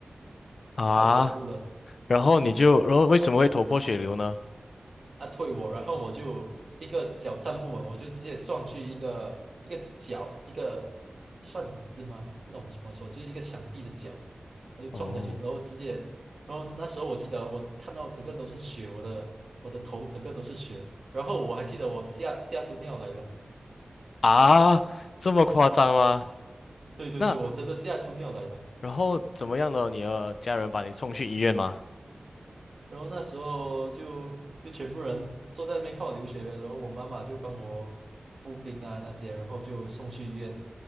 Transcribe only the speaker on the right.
太恐怖了。
他推我，然后我就一个脚站不稳，我就直接撞去一个一个角，一个算椅子吗？不懂什么说，就是一个墙壁的角，他就撞下去，
然后直接，然后那时候我记得我看到整个都是血，我的我的头整个都是血，然后我还记得我吓吓出尿来了，
对对对，
我真的吓出尿来了。
然后那时候就就全部人坐在那边看我流血呗，然后我妈妈就帮我敷冰啊那些，然后就送去医院，